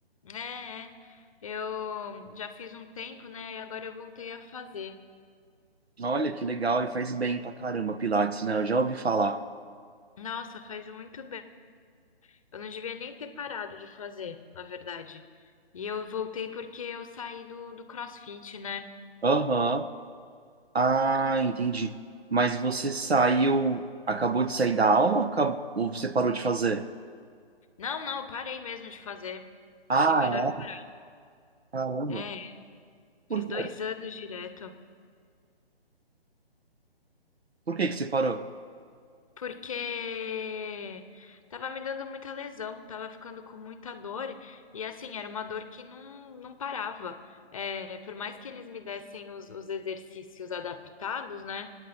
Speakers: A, on the left; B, on the right.
A: É, é. Eu já fiz um tempo, né? E agora eu voltei a fazer.
B: Olha que legal e faz bem pra caramba, Pilates, né? Eu já ouvi falar.
A: Nossa, faz muito bem. Eu não devia nem ter parado de fazer, na verdade. E eu voltei porque eu saí do, do CrossFit, né?
B: Aham. Ah, entendi. Mas você saiu, acabou de sair da aula ou, acab- ou você parou de fazer?
A: Não, não, eu parei mesmo de fazer.
B: Ah,
A: Achei melhor parar.
B: é? Caramba.
A: É,
B: Por
A: fiz
B: quê?
A: dois anos direto.
B: Por que que você parou?
A: porque tava me dando muita lesão, tava ficando com muita dor, e assim, era uma dor que não, não parava. É, por mais que eles me dessem os, os exercícios adaptados, né?